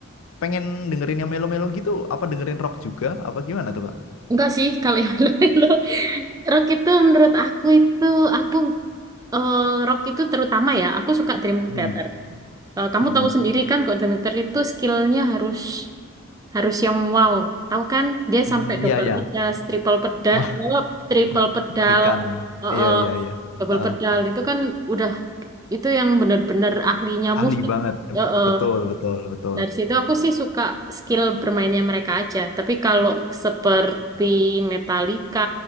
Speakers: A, on the left; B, on the right.
A: pengen dengerin yang melo-melo gitu, apa dengerin rock juga apa gimana tuh, Kak?
B: enggak sih kalau yang lo rock itu menurut aku itu aku eh, rock itu terutama ya aku suka Dream
A: Hmm.
B: Theater. Eh, kamu
A: mm
B: tahu sendiri kan kalau Dream Theater itu skillnya harus harus yang wow. Tahu kan dia
A: Hmm,
B: sampai double
A: iya iya.
B: pedas, triple pedas,
A: Wah,
B: triple pedal,
A: mengerikan.
B: eh,
A: Iya
B: eh,
A: iya iya.
B: double
A: Heeh.
B: pedal itu kan udah itu yang bener-bener ahlinya
A: Ahli
B: musik.
A: banget.
B: Eh, eh.
A: Betul, betul, betul.
B: Dari situ aku sih suka skill bermainnya mereka aja. Tapi kalau seperti Metallica,